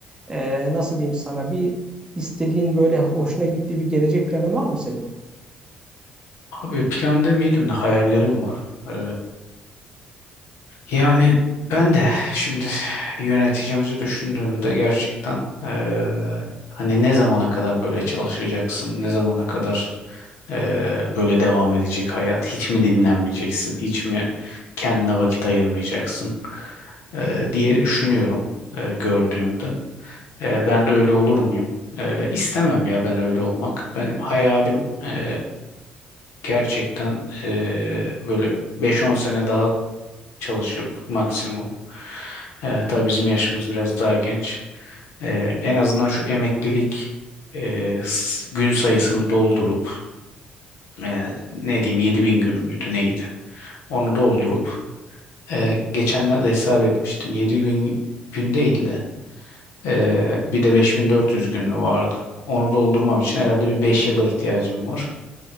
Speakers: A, on the right; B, on the left.
A: e, nasıl diyeyim sana bir istediğin böyle hoşuna gittiği bir gelecek planın var mı senin?
B: Abi plan demeyelim de hayallerim var. Ee, yani ben de şimdi yöneticimizi düşündüğümde gerçekten ee, hani ne zamana kadar böyle çalışacaksın, ne zamana kadar ee, böyle devam edecek hayat, hiç mi dinlenmeyeceksin, hiç mi kendine vakit ayırmayacaksın ee, diye düşünüyorum ee, gördüğümde. Ee, ben de öyle olur muyum? Ee, istemem ya ben öyle olmak. Ben hayalim e, gerçekten eee, böyle beş-on sene daha çalışıp maksimum. Eee tabii bizim yaşımız biraz daha genç. Eee, en azından şu emeklilik eee, s- gün sayısını doldurup eee, ne diyeyim 7000 gün müydü neydi? Onu doldurup eee, geçenlerde hesap etmiştim. yedi bin gün değil de eee, bir de 5400 gün mü vardı? Onu doldurmam için herhalde bir 5 yıla ihtiyacım var.